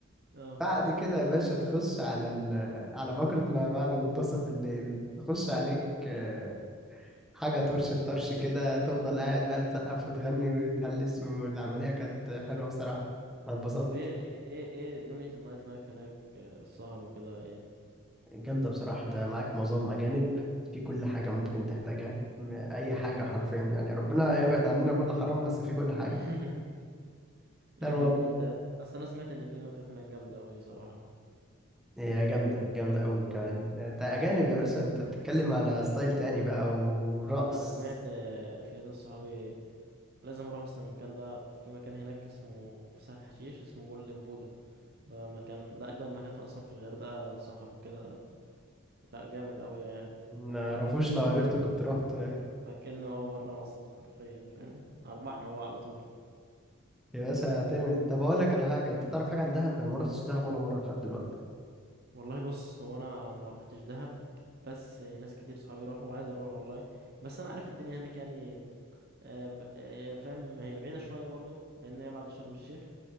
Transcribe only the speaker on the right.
اه
طب ايه ايه ايه إيه دنيا النايت لايف هناك آه، السهر وكده ايه؟
<laughs> يعني
انت اصل انا سمعت ان في نايتات هناك جامدة اوي صراحة
انا سمعت آه، في ناس صحابي لازم اروح اصلا المكان ده في مكان هناك اسمه في سهل حشيش اسمه جولدن بودا ده مكان ده اجمد مكان في اصلا في الغردقه سهر وكده لا جامد قوي
لكنه هو بره مصر حرفيا فاهم على البحر هو على طول
والله بص هو انا ما روحتش دهب بس ناس كتير صحابي راحوا وعايز اروح والله بس انا عارف الدنيا هناك يعني آه، ب- آه، فاهم هي بعيدة شوية برضو لأن هي بعد شرم الشيخ